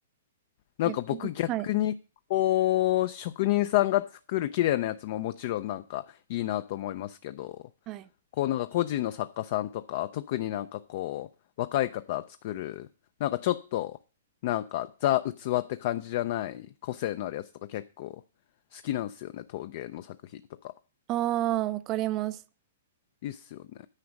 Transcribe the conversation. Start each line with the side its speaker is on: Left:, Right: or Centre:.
Left: なんか僕逆にこう、
Right: 逆に。はい。
Left: 職人さんが作る綺麗なやつももちろんなんかいいなと思いますけど、
Right: はい。
Left: こうなんか個人の作家さんとか特になんかこう若い方作るなんかちょっとなんかザ・器って感じじゃない個性のあるやつとか結構好きなんですよね陶芸の作品とか
Right: ああ、わかります。
Left: いいっすよね